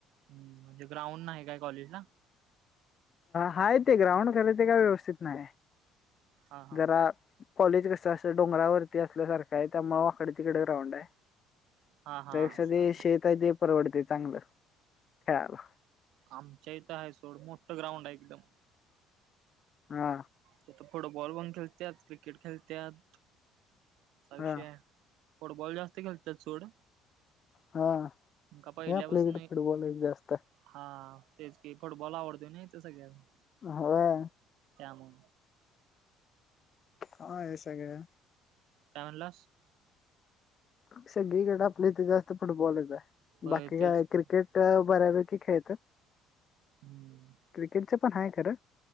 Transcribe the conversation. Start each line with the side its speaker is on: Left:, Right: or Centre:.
Right: हम्म म्हणजे ग्राउंड नाही काय कॉलेजला?
Left: हाय ते ग्राउंड खर ते काय व्यवस्थित नाय.
Right: हा हा
Left: जरा, कॉलेज कसं असं डोंगरावरती असल्यासारखं आहे. त्यामुळे वाकडे तिकडे ग्राउंड हाय.
Right: हा हा
Left: त्यापेक्षा
Right: असं
Left: ते
Right: हाय
Left: शेत आहे ते परवडते चांगलं खेळायला.
Right: आमच्या इथं आहे सोड मोठं ग्राउंड आहे एकदम
Left: हा.
Right: तिथं फुटबॉल पण खेळत्यात. क्रिकेट खेळत्यात. असा विषय
Left: हा
Right: हाय, फुटबॉल जास्त खेळतात सोड.
Left: हा.
Right: का पहिल्यापासन
Left: हे आपल्या इकडे फुटबॉल एक जास्त
Right: हा. तेच कि फुटबॉल आवडतो नाय इथं सगळ्यासनी
Left: होय
Right: त्यामुळ.
Left: हा हे सगळ.
Right: का म्हनलास.
Left: सगळीकडे आपल्या इथे जास्त फुटबॉलच हाय
Right: होय
Left: बाकी
Right: तेच
Left: काय
Right: की
Left: क्रिकेट अ बऱ्यापैकी खेळतात.
Right: हम्म.
Left: क्रिकेटच पण आहे खरं